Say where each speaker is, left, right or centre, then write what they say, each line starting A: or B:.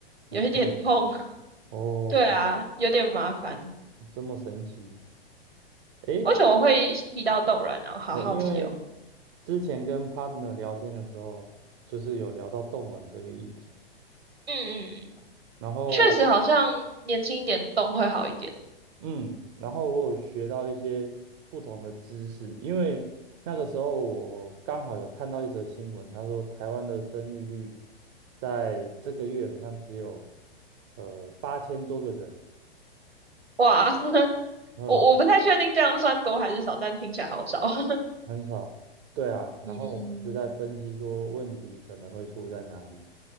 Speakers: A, on the right; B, on the right.
A: 很痛啊！
B: 有一点痛。<laughs>
A: 哦，
B: 对啊，有点麻烦。
A: 这么神奇。诶，
B: 为什么会提到冻卵啊？我好好奇哦。
A: 哦，因为之前跟 partner 聊天的时候，就是有聊到冻卵这个议题，
B: 嗯嗯嗯，
A: 然后
B: 确实好像年轻一点冻会好一点。
A: 嗯，然后我有学到一些不同的知识，因为那个时候我刚好有看到一则新闻，他说台湾的生育率在这个月好像只有呃八千多个人，
B: 哇，<laughs>
A: 嗯，
B: 我我不太确定这样算多还是少，但听起来好少。<laughs>
A: 很少，对啊，然后我们就在分析说问题可能会出在哪里，
B: 嗯